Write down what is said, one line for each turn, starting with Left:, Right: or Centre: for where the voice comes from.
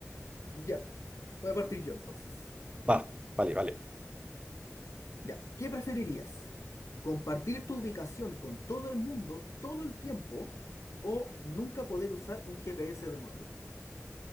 Left: Ya, voy a partir yo entonces.
Right: Va, vale, vale.
Left: Ya, ¿qué preferirías? ¿Compartir tu ubicación con todo el mundo todo el tiempo o nunca poder usar un GPS de nuevo?